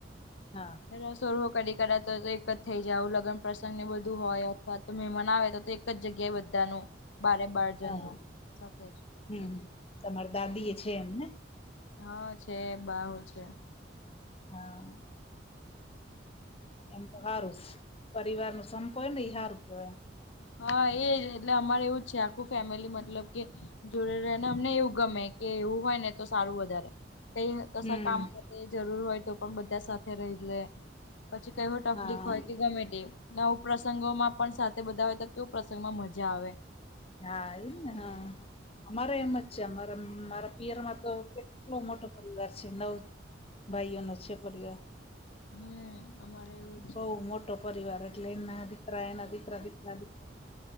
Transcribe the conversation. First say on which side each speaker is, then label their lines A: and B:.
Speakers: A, on the left (about 30°); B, on the left (about 85°).
A: હા.
B: રસોડુ કદી કદાચ તો એક જ થઇ જાવ, લગન પ્રસંગ ને એ બધું હોય અથવા તો મહેમાન આવે તો તો એક એક જ જગ્યાએ બધાનું. બારે બાર જનનું
A: હા
B: સાથે જ.
A: હમ હમ. તમાર દાદી એ છે એમને?
B: હા છે. બા હઉ છે.
A: હા. એમ તો હારુ. પરિવારનો સંપ હોયને એ હારુ કેવાય એમ.
B: હા એ જ. એટલે અમારે એવું જ છે આખું ફેમિલી મતલબ કે, જોડે રેહ, અને અમને એવું ગમે કે એવું હોય ને તો સારું વધારે. કઈ કશ
A: હમ
B: કામ માટે જરૂર હોય તો પણ બધા સાથ થે રહીલે. પછી કઈ પણ ટફલીક
A: હા
B: હોય કે ગમે તે. નવું પ્રસંગોમાં પણ સાથે બધા હોય, તો કેપ્રસંગમાં મજા આવે.
A: હા એ જ ને. હા, અમારે એમ જ છે અમાર મારા પિયરમાં તો કેટલો મોટો પરિવાર છે નવ ભાઈઓનો છે પરીવાર.
B: હમ અમારે એવું છે
A: બઉ મોટો પરિવાર એટલે ના રે રા નભ્રવિકરાિત <inaudible>